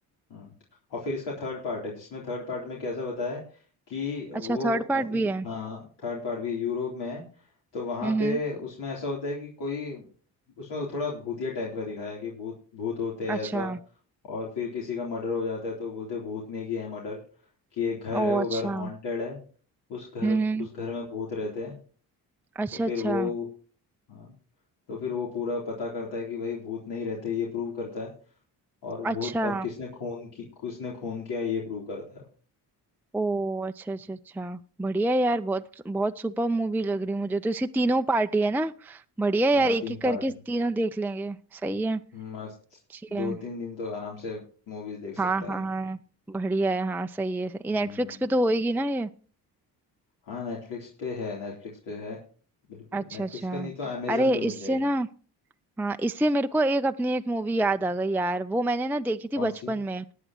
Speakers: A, on the left (about 75°); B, in the centre.
A: हम्म, और फिर इसका थर्ड पार्ट है जिसमें थर्ड पार्ट में कैसा बताया है कि वो
B: अच्छा थर्ड
A: अ,
B: पार्ट
A: यू-
B: भी है
A: हाँ थर्ड पार्ट भी यूरोप में है तो वहां
B: हम्म
A: पे उसमें ऐसा होता है कि कोई उसमें थोड़ा भूतिया टाइप का दिखाया है कि भूत भूत होते
B: अच्छा
A: हैं ऐसा और फिर किसी का मर्डर हो जाता है तो बोलते हैं भूत ने किया है मर्डर कि एक घर
B: ओ
A: है वो
B: अच्छा
A: घर हॉन्टेड है उस घर
B: हम्म
A: उस घर में भूत रहते हैं
B: अच्छा
A: तो फिर
B: अच्छा
A: वो हाँ तो फिर वो पूरा पता करता है कि भाई भूत नहीं रहते ये प्रूव करता है और
B: अच्छा
A: भूत और किसने खून की किसने खून किया ये प्रूव करता है वो।
B: ओ अच्छा अच्छा अच्छा बढ़िया यार बहुत बहुत सुपर मूवी लग रही मुझे तो इसकी तीनों पार्टी है ना बढ़िया यार
A: आ,
B: एक
A: तीन
B: एक करके
A: पार्ट है
B: तीनों देख लेंगे सही है
A: मस्त
B: ठीक है
A: दो तीन दिन तो आराम से मूवीज देख सकता
B: हाँ
A: है
B: हाँ
A: इनकी
B: हाँ बढ़िया है हाँ सही है
A: हम्म
B: नेटफ्लिक्स पे तो होएगी ना ये
A: हाँ नेटफ्लिक्स पे है नेटफ्लिक्स पे है बिल्कुल
B: अच्छा
A: नेटफ्लिक्स
B: अच्छा
A: पे नहीं तो अमेजन
B: अरे
A: पे
B: इससे
A: मिल जाएगी
B: ना हाँ इससे मेरे को एक अपनी एक मूवी याद आ गई यार वो मैंने ना देखी थी
A: कौन
B: बचपन
A: सी
B: में